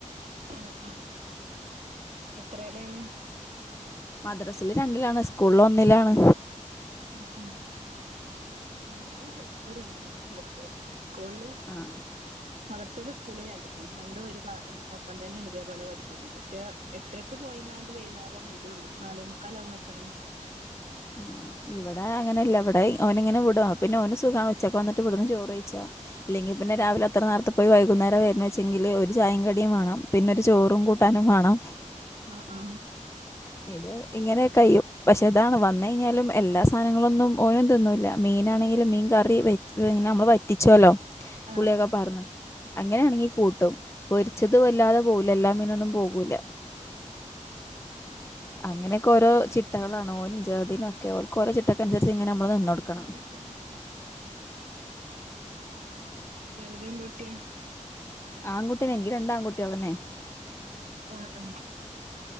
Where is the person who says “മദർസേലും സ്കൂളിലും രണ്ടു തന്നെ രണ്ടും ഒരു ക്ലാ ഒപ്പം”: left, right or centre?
Right